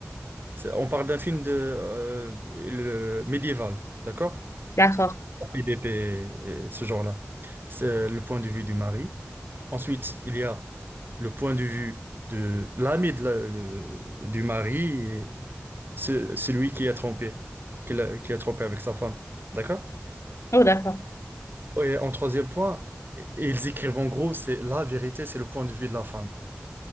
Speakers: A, on the right; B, on the left.
A: C'est- On parle d'un film de euh, le- médiéval, d'accord?
B: D'accord.
A: PDP, et ce genre-là. C'est le point de vue du mari. Ensuite, il y a le point de vue de l'ami de la- de- du mari, et ce- celui qui a trompé, qui l'a- qui a trompé avec sa femme, d'accord?
B: Oh, d'accord.
A: Et en troisième point, ils écrivent en gros, c'est la vérité, c'est le point de vue de la femme.